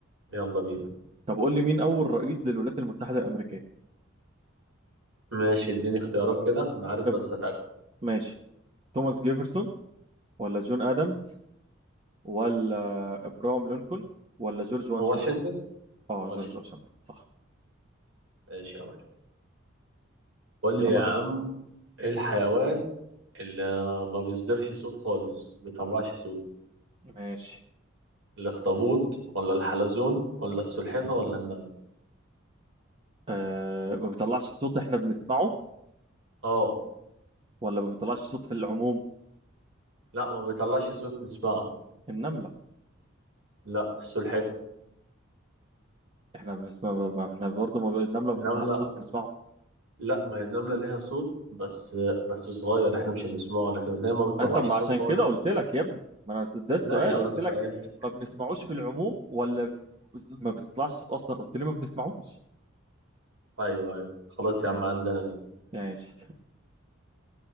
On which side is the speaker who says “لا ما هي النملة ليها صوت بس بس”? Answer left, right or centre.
Right